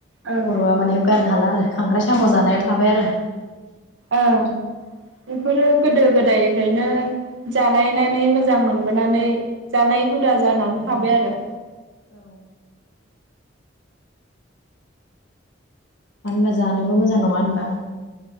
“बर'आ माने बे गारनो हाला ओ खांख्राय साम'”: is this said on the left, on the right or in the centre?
Left